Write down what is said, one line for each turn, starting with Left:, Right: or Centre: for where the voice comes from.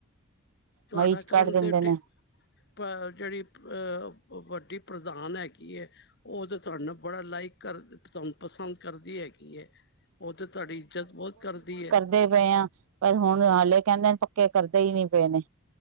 Left: ਤੁਹਾਡਾ
Right: ਮਈ ਚ
Left: ਕੰਮ
Right: ਕੱਢ ਦਿੰਦੇ
Left: ਤੇ
Right: ਨੇ
Left: ਟੀ ਪਰ ਜੇੜੀ ਪ ਵੱਡੀ ਪਰਧਾਨ ਹੈਗੀ ਏ ਓ ਤੇ ਤੁਹਾਡੇ ਨਾਲ ਬੜਾ ਲਾਈਕ ਕਰ ਤੁਹਾਨੂੰ ਪਸੰਦ ਕਰਦੀ ਹੈਗੀ ਏ। ਓ ਤੇ ਤਵਾਡੀ ਇੱਜਤ ਬੋਤ ਕਰਦੀ ਏ।
Right: ਫੇਰ ਗਏ ਹਾਂ, ਪਰ ਹੁਣ ਹਾਲੇ ਕੈਂਦੇ ਨੇ ਪੱਕੇ ਕਰਦੇ ਈ ਨੀ ਪਏ ਨੇ।